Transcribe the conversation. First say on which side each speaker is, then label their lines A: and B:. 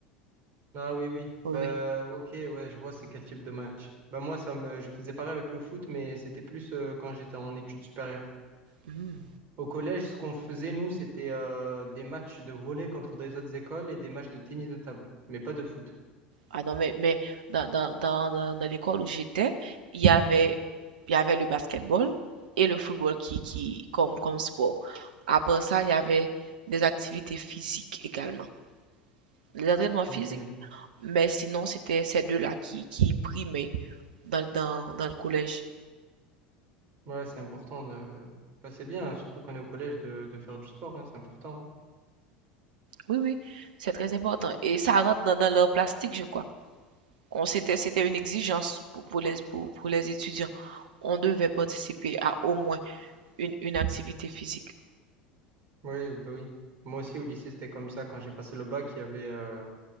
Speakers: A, on the right; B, on the right.
A: Ah oui, oui.
B: Oui,
A: Bah,
B: oui.
A: ok, ouais, je vois c'est quel type de match. Bah, moi, ça me, je faisais pareil avec le foot, mais c'était plus euh, quand j'étais en études supérieures.
B: Hmm.
A: Au collège, ce qu'on faisait, nous, c'était euh, des matchs de volley contre des autres écoles et des matchs de tennis de table, mais pas de foot.
B: Ah non, mais, mais dans, dans, dans, dans, dans l'école où j'étais, il y avait, il y avait le basketball et le football qui, qui, comme, comme sport. Après ça, il y avait des activités physiques également. Les entraînements physiques,
A: Ok.
B: mais sinon, c'était ces deux-là qui, qui primaient dans, dans, dans le collège.
A: Ouais, c'est important de... Bah, c'est bien, hein, surtout quand on est au collège, de, de faire du sport, hein, c'est important.
B: Oui, oui, c'est très important. Et ça rentre dans, dans leur plastique, je crois. On c'était c'était une exigence pour pour les pour pour les étudiants. On devait participer à au moins une une activité physique.
A: Oui, bah oui. Moi aussi, au lycée, c'était comme ça. Quand j'ai passé le bac, il y avait, euh,